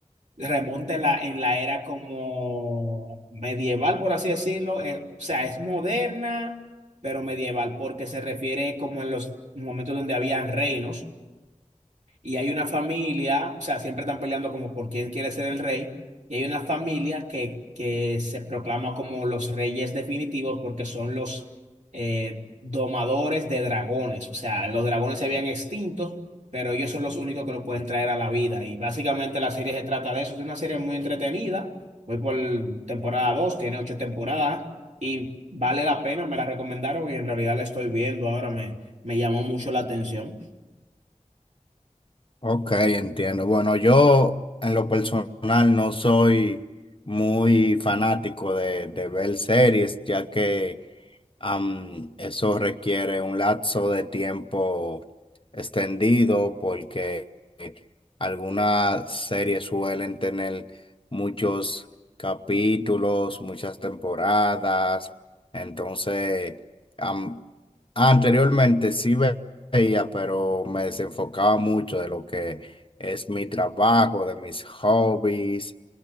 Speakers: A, on the right; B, on the left.
A: remonta en la, en la era como medieval, por así decirlo. eh, o sea, es moderna, pero medieval, porque se refiere como en los momentos donde habían reinos y hay una familia, o sea, siempre están peleando como por quién quiere ser el rey, y hay una familia que, que se proclama como los reyes definitivos porque son los eh, domadores de dragones, o sea, los dragones se habían extintos, pero ellos son los únicos que lo pueden traer a la vida, y básicamente la serie se trata de eso, es una serie muy entretenida, voy por temporada dos tiene ocho temporadas. Y vale la pena, me la recomendaron y en realidad la estoy viendo ahora, me, me llamó mucho la atención.
B: Ok, entiendo. Bueno, yo en lo personal no soy muy fanático de, de ver series, ya que Am, eso requiere un lapso de tiempo extendido porque eh, algunas series suelen tener muchos capítulos, muchas temporadas. Entonces, am, anteriormente sí ve- veía, pero me desenfocaba mucho de lo que es mi trabajo, de mis hobbies